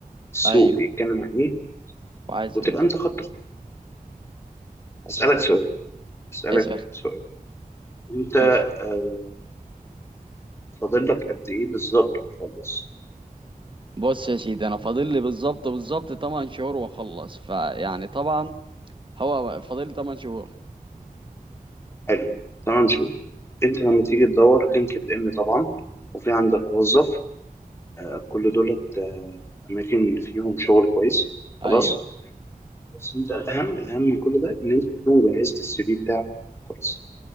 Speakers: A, on the left; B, on the right.
A: السوق
B: ايوه
A: بيتكلم عن إيه
B: وعايز
A: وتبقى
B: ايه
A: أنت خدت أسألك سؤال أسألك
B: اسأل
A: سؤال أنت
B: ماشي
A: آه، فاضل لك قد إيه بالظبط وتخلص
B: بص يا سيدي انا فاضل لي بالظبط بالظبط 8 شهور واخلص فيعني طبعا هو فاضل لي 8 شهور
A: حلو تعال نشوف انت لما تيجي تدور لينكد ان طبعا وفي عندك وظف آه، كل دولت آه، اماكن فيهم شغل كويس
B: ايوه
A: خلاص بس انت الاهم الاهم من كل ده ان انت تكون جهزت السي في بتاعك كويس